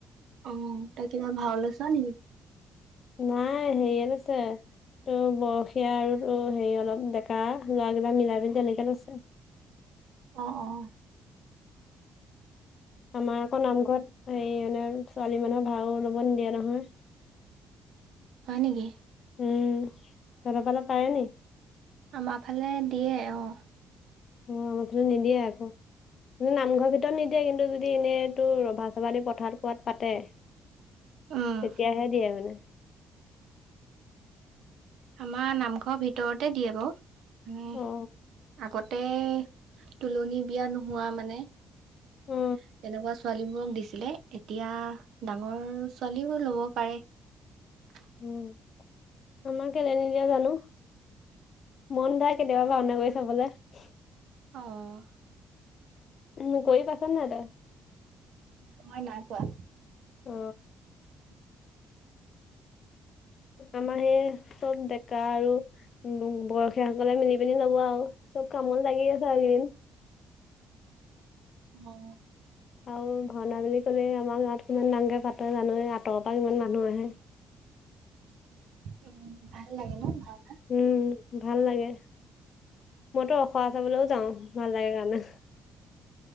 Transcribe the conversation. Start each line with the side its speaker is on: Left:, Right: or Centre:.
Right: অঁ তাকে তই ভা লৈছ নেকি? <unintelligible>
Left: নাই হেৰিয়ে লৈছে, তোৰ বয়সীয়া আৰু হেৰি অলপ ডেকা ল'ৰাগিটাই মিলাই মেলি তেনেকৈ লৈছে। <inaudible>
Right: অঁ অঁ।
Left: আমাৰ আকৌ নামঘৰত হাৰি মানে ছোৱালী মানুহক ভাও ল'ব নিদিয়ে নহয়। <unintelligible>
Right: হয় নেকি?
Left: উঁম তহতৰফালে পাৰে নি?
Right: আমাৰ ফালে দিয়ে অঁ।
Left: অঁ আমাৰ ফালে নিদিয়ে আকৌ। নামঘৰ ভিতৰত নিদিয়ে, কিন্তু যদি এনেই তোৰ ৰভা চভা দি পথাৰত কোৱাত পাতে <unintelligible>
Right: উম
Left: তেতিয়াহে দিয়ে মানে।
Right: আমাৰ নামঘৰৰ ভিতৰতে দিয়ে বাৰু, মানে
Left: অ
Right: আগত <unintelligible> তে তুলনি বিয়া নোহোৱা মানে,
Left: অ
Right: তেনেকুৱা ছোৱালীবোৰক দিছিলে এতিয়া ডাঙৰ ছোৱালীবোৰো লব পাৰে। <unintelligible>
Left: উম আমাক কেলে নিদিয়ে জানো? মন যায় কেতিয়াবা ভাওঁনা কৰি চাবলে। <unintelligible>
Right: আঁহ।
Left: উম কৰি পাইছ নাই তই? <unintelligible>
Right: মই নাইপোৱা।
Left: অ আমাৰ সেই চব ডেকা আৰু বয়সীয়াসকলে মিলি পিনি লব আৰু। চব কামত লাগি আছে আও এইকেইদিন।
Right: অঁ।
Left: আৰু ভাওঁনা বুলি কলে আমাৰ গাঁৱত কিমান ডাঙৰকে <unintelligible> পাতে জানৈ আও আঁতৰৰ পৰা ইমান মানুহ আহে। <unintelligible>
Right: উম ভাল লাগে ন ভাল <unintelligible>
Left: উম ভাল লাগে, মইতো খোৱা চাবলৈও যাওঁ ভাল লাগে কাৰণে। <unintelligible>